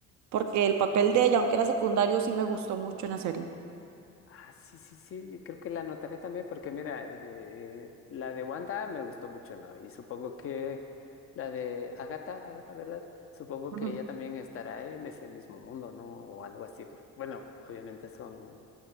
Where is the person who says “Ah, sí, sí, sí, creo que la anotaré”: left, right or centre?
Left